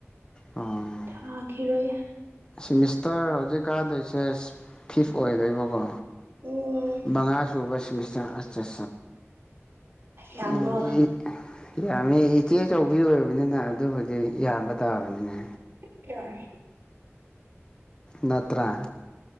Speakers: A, on the left (about 20°); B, on the right (about 50°).
A: ꯑ
B: ꯇꯈꯤꯔꯣꯏ
A: ꯁꯤꯃꯤꯁꯇꯔ ꯍꯧꯖꯤꯛ ꯀꯥꯗꯣꯏꯁꯦ ꯐꯤꯐ ꯑꯣꯏꯗꯣꯏꯕꯀꯣ
B: ꯎꯝ
A: ꯃꯕꯉꯥ ꯁꯨꯕꯁꯤꯡꯁ ꯑ ꯑ
B: ꯌꯥꯝꯕ꯭ꯔꯣ
A: ꯎꯝ ꯎꯝ ꯌꯥꯝꯃꯤ ꯏꯆꯦ ꯑꯆꯧꯕꯤ ꯑꯣꯏꯕꯅꯤꯅ ꯑꯗꯨꯕꯨꯗꯤ ꯌꯥꯝꯕ ꯇꯥꯕꯅꯤꯅꯦ
B: ꯊ ꯀꯏ
A: ꯅꯠꯇ꯭ꯔꯥ